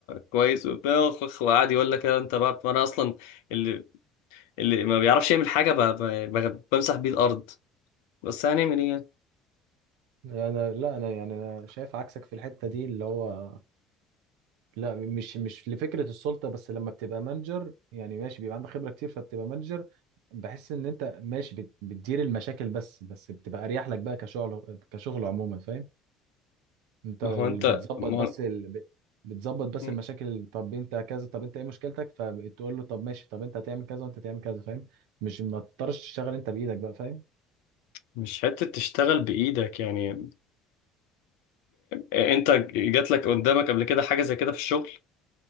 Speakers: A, on the left (about 65°); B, on the right (about 65°).
A: كويس وبتاع، وخ- وقعد يقول لك انت بقى ما انا اصلا اللي اللي ما بيعرفش يعمل حاجه ب- ب- بمسح بيه الارض بس هنعمل ايه يعني؟
B: انا لا انا يعني انا شايف عكسك في الحتة دي اللي هو لا مش مش لفكرة السلطة بس لما بتبقى مانجر يعني ماشي بيبقى عندك خبرة كتير فبتبقى مانجر بحس ان انت ماشي بت... بتدير المشاكل بس بس بتبقى اريح لك بقى كشغل كشغل عموما فاهم انت
A: ما
B: ال-
A: هو انت
B: بتظبط
A: ما
B: بس ال... ب- بتظبط بس
A: هو
B: المشاكل ال- طب انت كذا طب انت ايه مشكلتك فتقول له طب ماشي طب انت هتعمل كذا وانت هتعمل كذا فاهم مش ما تضطرش تشتغل انت بايدك بقى فاهم
A: مش حتة تشتغل بإيدك يعني أنت جات لك قدامك قبل كده حاجة زي كده في الشغل